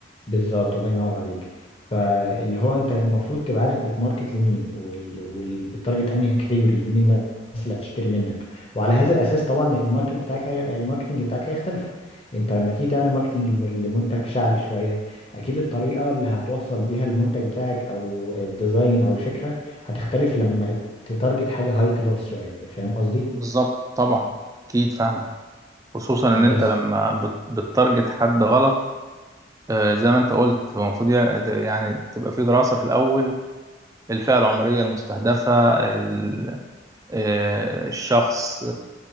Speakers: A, on the left; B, on the right.
A: بالظبط الله ينور عليك فاللي هو انت المفروض تبقى عارف بتماركت لمين وال... وال... بتارجت انهي كاتيجوري مين الناس اللي هتشتري منك وعلى هذا الاساس طبعا الماركت بتاعك هي... الماركتنج بتاعك هيختلف انت لما تيجي تعمل ماركتنج لم- لمنتج شعبي شويه اكيد الطريقه اللي هتوصل بيها المنتج بتاعك او الديزاين او الفكره هتختلف لما تتارجت حاجه هاي كلاس شويه فاهم قصدي
B: بالظبط طبعا اكيد فاهمك خصوصا ان انت
A: بس
B: لما بت... بتتارجت حد غلط آه، زي ما انت قلت هو المفروض يع- يعني تبقى في دراسه في الاول الفئه العمريه المستهدفه ال... آه، الشخص